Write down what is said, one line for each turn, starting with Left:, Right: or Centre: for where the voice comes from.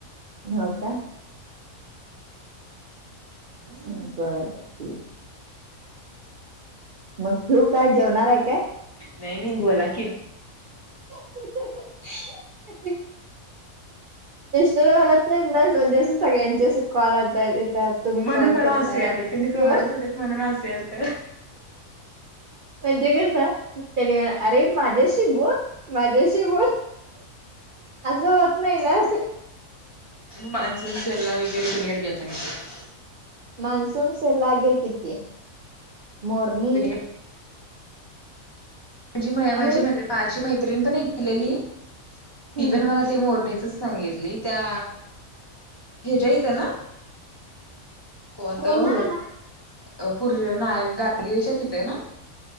Right: हो का
Left: नाही
Right: बर बर ठीक आहे. मग ठेऊ काय? जेवणार आहे काय?
Left: नाही नाही बोला की.
Right: <unintelligible> तर म्हणत नाही ना, म्हणजे अस सगळ्यांचे अस कॉल आता येतात. तुम्ही
Left: म्हणून
Right: कॉल
Left: मला
Right: करताय
Left: हसू आले. तेनी समोरच
Right: किंवा
Left: होते म्हणून हसू यालत.
Right: म्हणजे कस, त्या वेळ अरे माझ्याशी बोल. माझ्याशी बोल. अस होत नाही ना.
Left: मान्सून सेलला वगैरे कोणीकडे गेलता की नाही.
Right: मान्सून सेलला गेलते की. मोरणी
Left: कुणीकडे म्हणजे
Right: आम्ही
Left: म्हणजे माझी मैत्रिण पण एक गेलेली. ती
Right: हम्म
Left: पण मला ते मोरणीचच सांगितली. त्या ह्याच्या इथ ना कोणत
Right: कोण
Left: ओ,
Right: गेल
Left: पू ना गाडगीळ च्या तिथे ना.